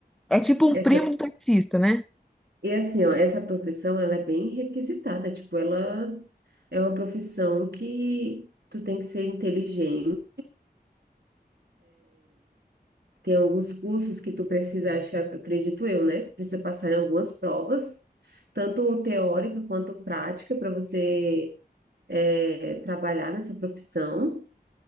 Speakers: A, in the centre; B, on the right (about 75°).
A: É tipo um
B: É,
A: primo
B: não.
A: do taxista, né?
B: E assim, ó, essa profissão, ela é bem requisitada, tipo, ela é uma profissão que tu tem que ser inteligente, Tem alguns cursos que tu precisa, acho que acredito eu, né? Precisa passar em algumas provas, tanto teórica quanto prática, para você é, trabalhar nessa profissão.